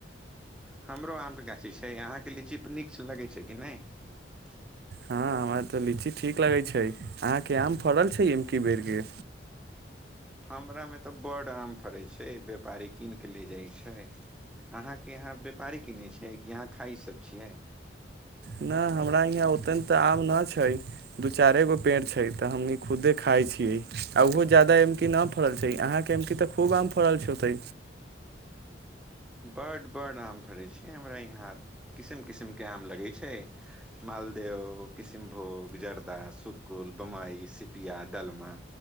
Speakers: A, in the centre; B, on the right.
A: हमरो आमके गाछी छै अहाँके लीची नीक लगै छै कि नहि
B: हँ हमरा तऽ लीची ठीक लगै छै अहाँके आम फड़ल छै एमे की बेर के
A: हमरामे तऽ बड्ड आम फड़ै छै व्यापारी कीन कऽ ले जाइत छै अहाँके यहाँ व्यापारी कीनै छियै कि यहाँ खाइसभ छियै
B: न हमरा यहाँ ओते तऽ आम न छै दू चारे गो पेड़ छै तऽ हमनी खुदे खााय छियै आ ओहो ज जादा एमकी न फरल छै अहाँ के एमी त खूब आम फल छै ओ तै
A: बड बड आम फरै छी हमरा यहाँ किसिम किसिमके आम लगै छै मालदेह किशनभोग जर्दा सुकुल बमबई सिपिया दलमा